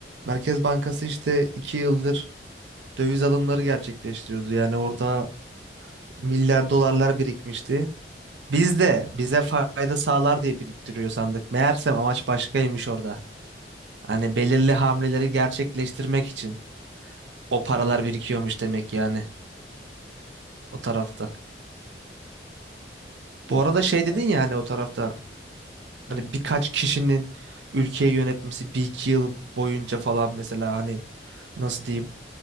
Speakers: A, on the right (about 80°); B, on the left (about 45°).
A: Merkez Bankası işte iki yıldır döviz alımları gerçekleştiriyordu. Yani orada milyar dolarlar birikmişti. Biz de bize fayda sağlar diye biriktiriyor sandık. Meğersem amaç başkaymış orada. Hani belirli hamleleri gerçekleştirmek için o paralar
B: Hmm,
A: birikiyormuş demek yani o tarafta.
B: bilmiyorum
A: Bu arada şey
B: vallahi.
A: dedin ya hani o tarafta hani
B: Hı.
A: birkaç kişinin ülkeyi yönetmesi bir iki yıl boyunca falan mesela hani nasıl diyeyim